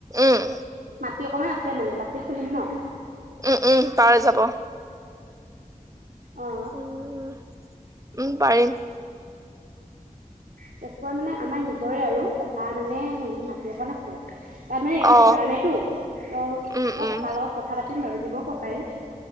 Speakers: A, on the right (about 25°); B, on the right (about 85°).
A: উম।
B: মাটি অকণমান আছে মানে তাতে খুলিম ন'।
A: উম, উম, পাৰা যাব।
B: অ
A: উম, উম, পাৰিম।
B: তেজপুৰত মানে আমাৰ নিজৰে আৰু ককাৰ মানে হেৰি মাটি অকণ আছে। তাত মানে একো
A: অ
B: কৰা নাইটো ত'
A: উম
B: মই
A: উম
B: ককাৰ লগত কথা পাতিম বাৰু। দিব ককাই।